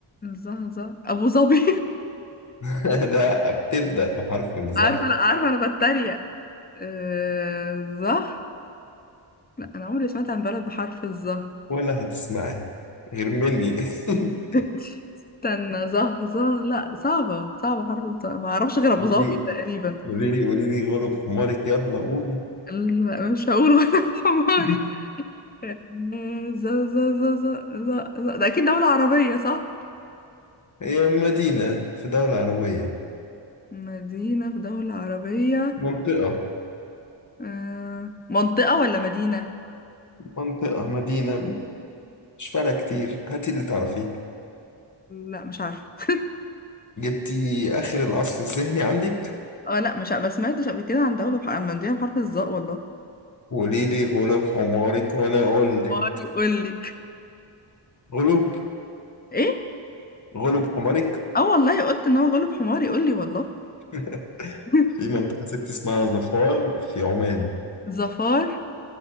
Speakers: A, on the left; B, on the left.
A: ظه ظه ابو ظبي
B: <laughs> لا بتبدأ بحرف
A: <laughs>
B: الظهر
A: عارفة لا عارفة انا بتريق آه، ظه لا انا عمري سمعت عن بلد بحرف الظه
B: ولا هتسمعي غير مني <laughs>
A: <laughs> استنى زه زه لا صعبة صعبة حرف الظ- ما اعرفش غير ابو
B: قولي
A: ظبي
B: لي
A: تقريبا
B: قولي لي قولي لي غلب حمارك يلا قولي
A: لا، مش هقول غير <laughs> بحماري
B: <laughs>
A: ز ز ز ز ز ز ده اكيد دولة عربية صح؟
B: هي مدينة في دولة عربية
A: مدينة في دولة عربية
B: منطقة
A: آه، منطقة ولا مدينة؟
B: منطقة مدينة مش فارقة كتير هاتي اللي تعرفيه
A: لا مش عارفة <laughs>
B: جبتي آخر العصف الذهني عندك
A: اه لا مش ع- ما سمعتش قبل كده عن دولة بح... عن مدينة بحرف الظاء والله
B: وقولي لي غلب حمارك وأنا أقول لك
A: حماري قول لي
B: غلب
A: <laughs> ايه؟
B: غلب حمارك
A: اه والله قلت ان هو غلب حماري قول لي والله
B: <laughs>
A: <laughs>
B: في منطقة ست اسمها ظفار في عمان
A: ظفار